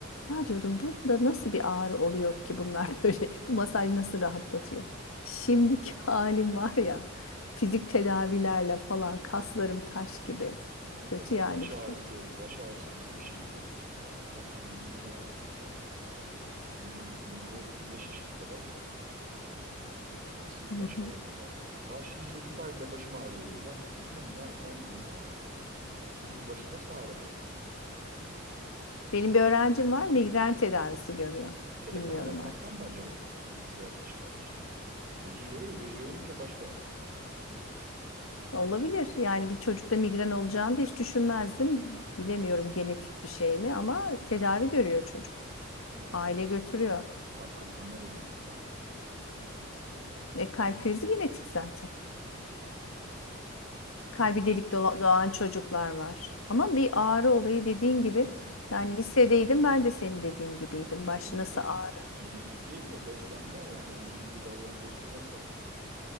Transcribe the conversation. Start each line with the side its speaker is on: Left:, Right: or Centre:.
Left: Ya diyordum burada nasıl bir ağrı oluyor ki bunlar <laughs> böyle bu masaj nasıl rahatlatıyor? Şimdiki halim var ya fizik tedavilerle falan kaslarım taş gibi. Kötü
Right: Ben de
Left: yani
Right: baş ağrısı,
Left: durum.
Right: baş ağrısı nasıl bir şey diyordum. Hatta 20'li yani 20, 20, 24, 25 yaşına kadar nasıl
Left: <laughs>
Right: baş ağrı derdim. Ba- Şimdi çocuklar bile başım ağrıyor diyor. Ben bilmiyorum inan, inanmıyorum ama çocuğun başı nasıl ağrır ya?
Left: Benim bir öğrencim var migren tedavisi görüyor.
Right: Telefona
Left: Bilmiyorum
Right: bakmaktan
Left: artık.
Right: mı acaba? Bilgisayar dijital dijital. Gözü yoruyor. Gözü yorulunca baş da ağrıyor.
Left: Olabilir. Yani bir çocukta migren olacağını da hiç düşünmezdim. Bilemiyorum genetik bir şey mi ama tedavi görüyor çocuk.
Right: Ya onu
Left: Aile
Right: bakınca
Left: götürüyor.
Right: kalp krizinden ölüyor artık.
Left: E kalp krizi genetik zaten. Kalbi
Right: Yok işte.
Left: delik dola- doğan çocuklar var. Ama bir ağrı olayı dediğin gibi
Right: Ee,
Left: yani lisedeydim ben de senin dediğin gibiydim.
Right: o
Left: Baş
Right: genetik
Left: nasıl ağrır?
Right: genetik değil de beslenme yani yediğimiz gıdaların bozulması